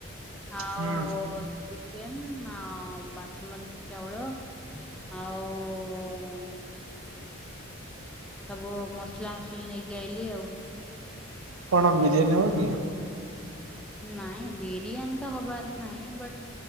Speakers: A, in the centre; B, on the right.
A: ଆଉ
B: ହୁଁ
A: ଚି କେନ୍ ଆ, ବାସୁମତୀ ଚାଉଳ ଆଉ ସବୁ ମସଲା ମସଲି ନେଇକି ଆଇଲିି ଆଉ।
B: କଣ ବିରିୟାନୀ ହବ କି?
A: ନାଇଁ ବିରିୟାନୀ ତ ହବାର ନାଇଁ। ବାଟ୍